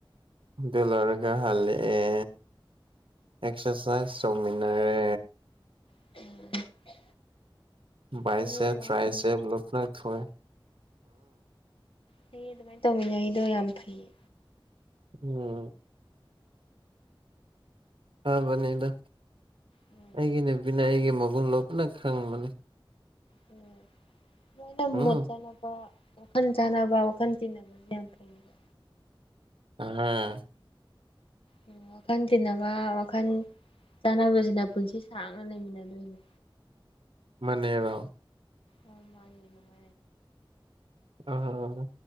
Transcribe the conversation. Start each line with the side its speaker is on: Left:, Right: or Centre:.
Right: ꯑꯗꯨ ꯂꯣꯏꯔꯒ ꯍꯜꯂꯛꯑꯦ ꯑꯦꯛꯁꯔꯁꯥꯏꯁ ꯇꯧꯃꯤꯟꯅꯔꯦ
Left: <inaudible>
Right: ꯕꯥꯏꯌꯥꯁꯦꯕ
Left: ꯐꯩꯌꯦ ꯑꯗꯨꯃꯥꯏꯅ
Right: ꯇ꯭ꯔꯥꯏꯁꯦꯕ
Left: ꯇꯧꯕ
Right: ꯂꯨꯛꯅ ꯊꯣꯏ
Left: ꯐꯩꯌꯦ ꯑꯗꯨꯃꯥꯏꯅ ꯇꯧꯃꯤꯟꯅꯩꯗꯣ ꯌꯥꯝ ꯐꯩꯌꯦ
Right: ꯎꯝ ꯐꯕꯅꯤꯗ
Left: ꯎꯝ
Right: ꯑꯩꯒꯤ ꯅꯨꯄꯤꯅ ꯑꯩꯒꯤ ꯃꯒꯨꯟ ꯂꯨꯞꯅ ꯈꯪꯕꯅꯦ
Left: ꯎꯝ ꯁꯨꯃꯥꯏꯅ
Right: ꯎꯝ
Left: ꯃꯣꯠ ꯆꯥꯅꯕ ꯈꯟ ꯆꯥꯟꯅꯕ ꯋꯥꯈꯟ ꯇꯤꯟꯅꯕ ꯌꯥꯝ ꯐꯩꯌꯦ
Right: ꯑꯥ
Left: ꯎꯝ ꯋꯥꯈꯜ ꯇꯤꯟꯅꯕ ꯋꯥꯈꯜ ꯆꯥꯅꯕꯁꯤꯅ ꯄꯨꯟꯁꯤ ꯁꯥꯡꯅ ꯂꯩꯃꯤꯟꯅꯗꯣꯏꯅꯦ
Right: ꯃꯅꯦꯔꯣ
Left: ꯑꯥꯎ ꯃꯥꯅꯦ <unintelligible>
Right: ꯑꯥꯍꯥ